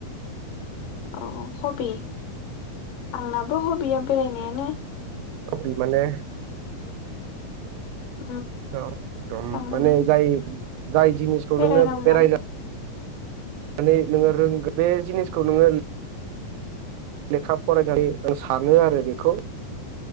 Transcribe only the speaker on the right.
हबि माने
औ दम माने
जाय जाय जिनिसखौ
नोंनो बेरायनो माने नोङो रोंग बे जिनिसखौ नोङो लेखा फरायनानै आं सानो आरो बेखौ।